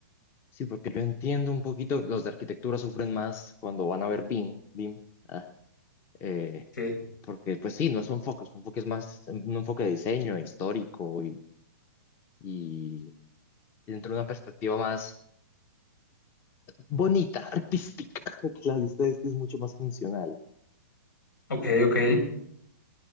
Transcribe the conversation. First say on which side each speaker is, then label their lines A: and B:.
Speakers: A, on the left; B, on the left.
A: sí, porque yo entiendo un poquito, los de arquitectura sufren más cuando van a ver BIM, BIM, ah, eh,
B: Sí.
A: porque pues sí, no es un enfoque, es un enfoque es más, un enfoque de diseño, histórico y, y dentro de una perspectiva más bonita, artística, <laughs> que la de ustedes, que es mucho más funcional.
B: Ok, ok.